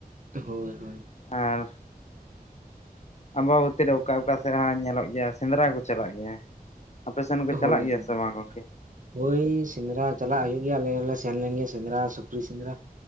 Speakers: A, on the right (about 55°); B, on the left (about 45°).
A: ᱦᱳᱭ ᱦᱳᱭ
B: ᱟᱨ ᱟᱢᱵᱟᱵᱚᱛᱤ ᱨᱮ ᱚᱠᱟ ᱚᱠᱟ ᱥᱮᱫ ᱦᱚᱸ ᱧᱮᱞᱚᱜ ᱜᱮᱭᱟ ᱥᱮᱸᱫᱽᱨᱟ ᱠᱚ ᱪᱟᱞᱟᱜ ᱜᱮᱭᱟ ᱟᱯᱮ ᱥᱮᱱ ᱠᱚ ᱪᱟᱞᱟᱜ
A: ᱦᱳᱭ
B: ᱜᱮᱭᱟ
A: ᱦᱳᱭ
B: ᱥᱮ ᱵᱟᱝ ᱜᱚᱝᱠᱮ
A: ᱦᱳᱭ ᱥᱮᱸᱫᱽᱨᱟ ᱪᱟᱞᱟᱜ ᱦᱩᱭᱩᱜ ᱜᱮᱭᱟ ᱟᱞᱮ ᱥᱮᱱ ᱞᱮᱱ ᱥᱮᱸᱫᱽᱨᱟ ᱥᱩᱠᱨᱤ ᱥᱮᱸᱫᱽᱨᱟ